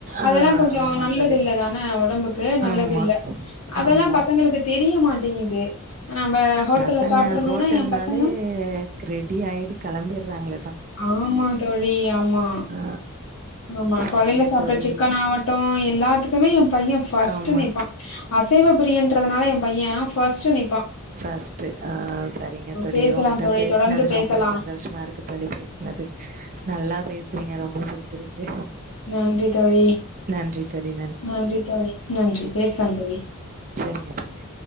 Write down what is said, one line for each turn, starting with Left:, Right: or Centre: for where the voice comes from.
Right: ஆ
Left: அதெல்லாம் கொஞ்சம்
Right: ஆமா
Left: நல்லது
Right: தோழி
Left: இல்லதானே உடம்புக்கு நல்லது
Right: ஆமா
Left: இல்ல அதெல்லாம்
Right: ஆமா
Left: பசங்களுக்கு தெரிய மாட்டேங்குது நம்ப ஹோட்டல்ல
Right: பசங்க
Left: சாப்பிடணும்னா
Right: ஹோட்டல்னாலே
Left: என் பசங்க
Right: ரெடி ஆயிட்டு கெளம்பிறாங்க
Left: ஆமா தோழி ஆமா
Right: ஆ
Left: ஆமா
Right: சரிங்க
Left: காலைல சாப்ட
Right: தோழி
Left: சிக்கனா மட்டும் எல்லாத்துக்குமே என் பையன் ஃபர்ஸ்ட்டு
Right: ஆமா
Left: நிப்பான் அசைவ பிரியன்றதுனால என் பையன் பர்ஸ்ட்டு நிப்பான்
Right: ஃபர்ஸ்ட்டூ ஆ சரிங்க தோழி
Left: பேசலா
Right: உங்கள்ட
Left: தோழி
Right: பேசுனது
Left: தொடர்ந்து பேசலாம்
Right: ரொம்ப சந் சந்தோஷமா இருக்கு தோழி பேசுனது நல்லா பேசுறீங்க ரொம்ப புடிச்சிருக்கு
Left: நன்றி தோழி
Right: நன்றி தோழி
Left: நன்றி தோழி நன்றி பேசலாம் தோழி
Right: சேரிங்க தோழி